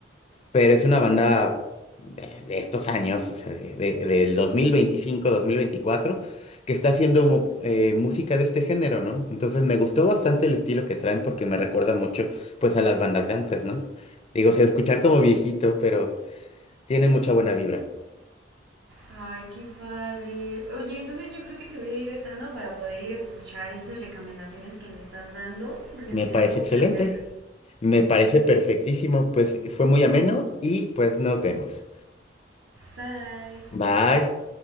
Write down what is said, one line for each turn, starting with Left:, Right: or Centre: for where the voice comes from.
Left: pero es una banda de, de estos años, o sea, de, de- del 2025, 2024 que está haciendo mu- eh, música de este género, ¿no? Entonces me gustó bastante el estilo que traen porque me recuerda mucho pues a las bandas de antes, ¿no? Digo, o sea, escuchar como viejito, pero tiene mucha buena vibra.
Right: Ay, qué padre. Oye, entonces yo creo que te voy a ir dejando para poder ir a escuchar estas recomendaciones que me estás dando, porque
Left: Me
Right: me dieron
Left: parece
Right: muchas
Left: excelente.
Right: ganas.
Left: Me parece perfectísimo. Pues fue muy ameno y pues nos vemos.
Right: Bye.
Left: Bye.